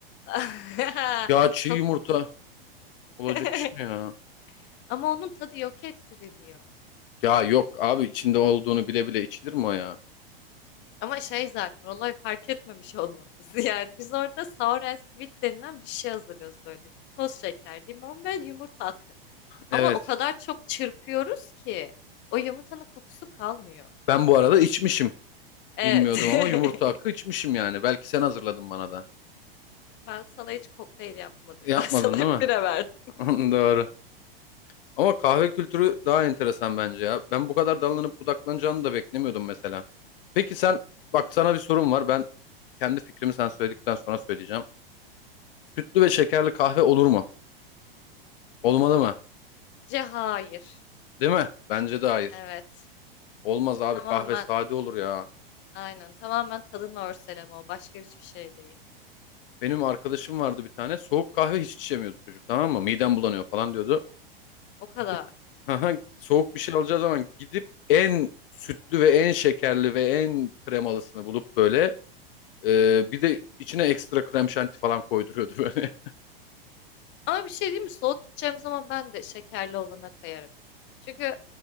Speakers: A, on the left; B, on the left.
A: <laughs>
B: Ya çiğ
A: Kok
B: yumurta olacak
A: <laughs>
B: iş mi ya?
A: Ama onun tadı yok ettiriliyor.
B: Ya yok abi içinde olduğunu bile bile içilir mi o ya?
A: Ama şey zaten olay fark etmemiş olmanız. <laughs> Yani biz orada sour and sweet denilen bir şey hazırlıyoruz böyle. Toz şeker, limon ve yumurta akı. Ama
B: Evet.
A: o kadar çok çırpıyoruz ki o yumurtanın kokusu kalmıyor.
B: Ben bu arada içmişim.
A: Evet.
B: Bilmiyordum ama yumurta
A: <laughs>
B: hakkı içmişim yani. Belki sen hazırladın bana da.
A: Ben sana hiç kokteyl yapmadım.
B: Yapmadın
A: Ben sana hep
B: değil
A: bira verdim.
B: mi? <laughs> Doğru. Ama kahve kültürü daha enteresan bence ya. Ben bu kadar dallanıp budaklanacağını da beklemiyordum mesela. Peki sen bak sana bir sorum var. Ben kendi fikrimi sen söyledikten sonra söyleyeceğim. Sütlü ve şekerli kahve olur mu? Olmalı mı?
A: Bence hayır.
B: Değil mi? Bence de hayır.
A: Evet.
B: Olmaz abi
A: Tamamen
B: kahve sade olur ya.
A: aynen. Tamamen tadın örseleme o. Başka hiçbir şey değil.
B: Benim arkadaşım vardı bir tane soğuk kahve hiç içemiyordu çocuk tamam mı? Midem bulanıyor falan diyordu.
A: O kadar.
B: Gidip <laughs> haha, soğuk bir şey alacağı zaman gidip en sütlü ve en şekerli ve en kremalısını bulup böyle e, bir de içine ekstra krem şanti falan koyduruyordu böyle.
A: Ama bir şey diyeyim mi? Soğuk içeceğim zaman ben de şekerli olana kayarım. Çünkü